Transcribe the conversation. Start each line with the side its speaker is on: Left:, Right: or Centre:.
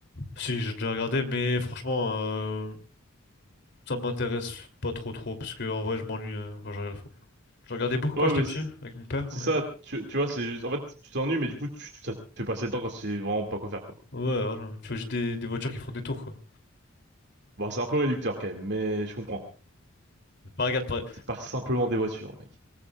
Left: Si, j'ai déjà regardé, mais franchement, euh, ça m'intéresse pas trop trop, parce que en vrai, je m'ennuie euh, quand je regarde la Formule 1. Je regardais beaucoup
Right: Ouais,
Left: quand j'étais
Right: mais
Left: petit,
Right: c'est-
Left: avec mon père,
Right: C'est
Left: mais...
Right: ça, tu, tu vois, c'est juste, en fait, tu t'ennuies, mais du coup, tu, tu- ça te fait passer le temps quand c'est vraiment pas quoi faire, quoi.
Left: Ouais, voilà. Tu vois, j'ai des, des voitures qui font des tours, quoi.
Right: Bon, c'est un peu réducteur quand même, mais je comprends.
Left: Pas regarde, pas...
Right: C'est pas simplement des voitures, mec.